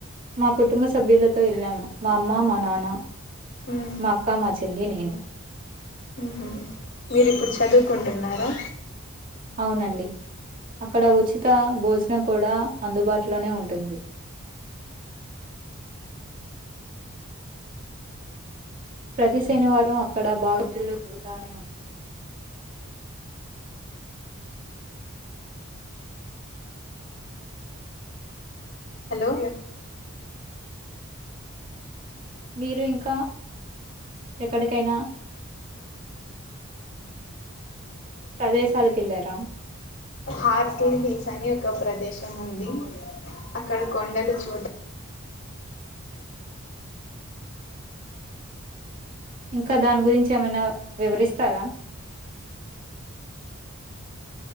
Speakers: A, on the right; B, on the left.
A: మా కుటుంబ సభ్యులతో వెళ్ళాము మా అమ్మ మా నాన్న
B: మ్మ్.
A: మాక్క మ చే చెల్లి నేను
B: మ్ హు మీరిప్పుడు చదువుకుంటున్నారా
A: అవునండి అక్కడ ఉచిత భోజనం కూడా అందుబాటులోనే ఉంటుంది. ప్రతి శనివారం అక్కడ బాగజల్ జరుగు తా ఉంట
B: హలో
A: మీరు ఇంకా ఎక్కడికైనా ప్రదేశాలకి వెళ్ళారా
B: హార్సల్ హిల్స్ అని ఒక ప్రదేశం ఉంది అక్కడ కొండలు చూడ
A: ఇంకా దాని గురించి ఏమైనా వివరిస్తారా